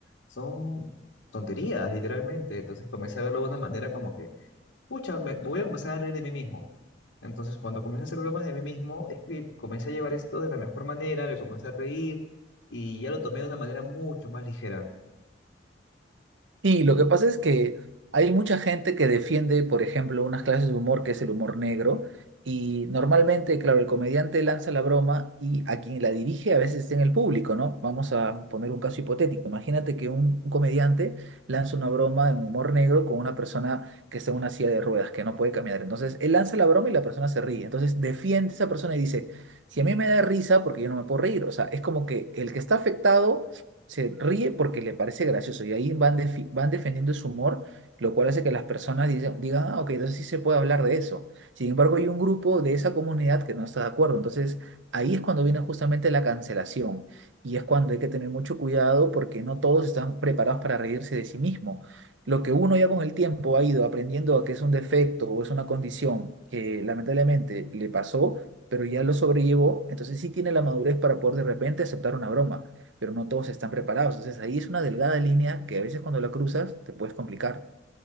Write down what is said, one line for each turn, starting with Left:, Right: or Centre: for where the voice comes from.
Left: son tonterías, literalmente. Entonces comencé a verlo de una manera como que, pucha, me voy a comenzar a reír de mí mismo. Entonces cuando comencé a hacer bromas de mí mismo, es que comencé a llevar esto de la mejor manera, me comencé a reír y ya lo tomé de una manera mucho más ligera.
Right: Sí, lo que pasa es que hay mucha gente que defiende, por ejemplo, unas clases de humor que es el humor negro, y normalmente, claro, el comediante lanza la broma y a quien la dirige a veces está en el público, ¿no? Vamos a poner un caso hipotético. Imagínate que un, un comediante lanza una broma en humor negro con una persona que está en una silla de ruedas, que no puede caminar. Entonces, él lanza la broma y la persona se ríe. Entonces, defiende a esa persona y dice, si a mí me da risa, porque yo no me puedo reír. O sea, es como que el que está afectado se ríe porque le parece gracioso y ahí van, defi- van defendiendo su humor, lo cual hace que las personas dicen- digan, ah, ok, entonces sí se puede hablar de eso. Sin embargo, hay un grupo de esa comunidad que no está de acuerdo. Entonces, ahí es cuando viene justamente la cancelación y es cuando hay que tener mucho cuidado porque no todos están preparados para reírse de sí mismo. Lo que uno ya con el tiempo ha ido aprendiendo que es un defecto o es una condición que lamentablemente le pasó, pero ya lo sobrellevó, entonces sí tiene la madurez para poder de repente aceptar una broma pero no todos están preparados. Entonces ahí es una delgada línea que a veces cuando la cruzas te puedes complicar.